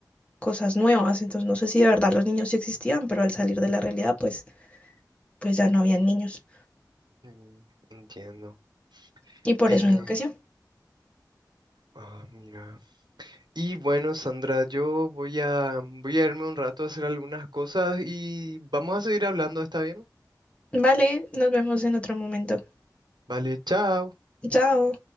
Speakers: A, on the left; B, on the right.
A: cosas nuevas, entonces no sé si de verdad los niños sí existían, pero al salir de la realidad, pues, pues ya no habían niños
B: Mm, entiendo.
A: y por
B: Eh,
A: eso enloqueció.
B: ah, mira. Y bueno, Sandra, yo voy a, voy a irme un rato a hacer algunas cosas y vamos a seguir hablando, ¿está bien?
A: Vale, nos vemos en otro momento.
B: Vale, chao.
A: Chao.